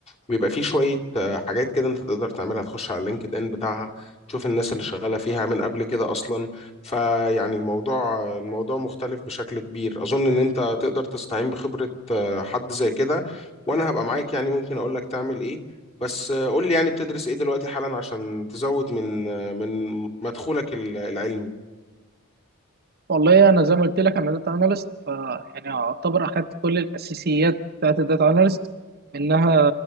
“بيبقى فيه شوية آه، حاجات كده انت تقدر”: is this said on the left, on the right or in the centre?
Left